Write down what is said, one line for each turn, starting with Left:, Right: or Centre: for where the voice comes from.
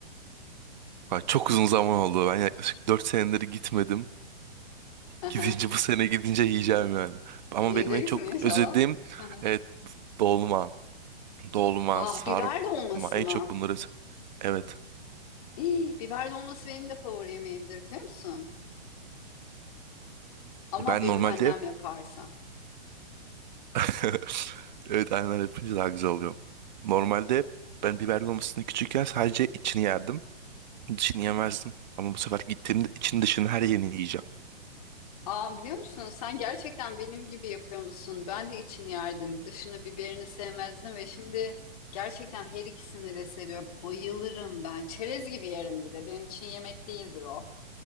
Right: Bak, çok uzun zaman oldu. Ben yaklaşık 4 senedir gitmedim.
Left: Aha.
Right: Gidince bu sene gidince yiyeceğim yani. Ama
Left: yiyeceksin
Right: benim en çok
Left: inşallah.
Right: özlediğim
Left: Aha.
Right: evet, dolma. Dolma,
Left: Ah
Right: sarma.
Left: biber dolması
Right: En
Left: mı?
Right: çok bunları... Evet.
Left: İyi, biber dolması benim de favori yemeğimdir biliyor musun? Ama
Right: Ben
Left: benim
Right: normalde
Left: annem yaparsa.
Right: <laughs> Evet aynen yapınca daha güzel oluyor. Normalde ben biber dolmasını küçükken sadece içini yerdim. Dışını yemezdim. Ama bu sefer gittiğimde için dışını her yerini yiyeceğim.
Left: Aa, biliyor musun? Sen gerçekten benim gibi yapıyor musun? Ben de için yerdim. Dışını biberini sevmezdim ve şimdi gerçekten her ikisini de seviyorum. Bayılırım ben. Çerez gibi yerim bir de. Benim için yemek değildir o.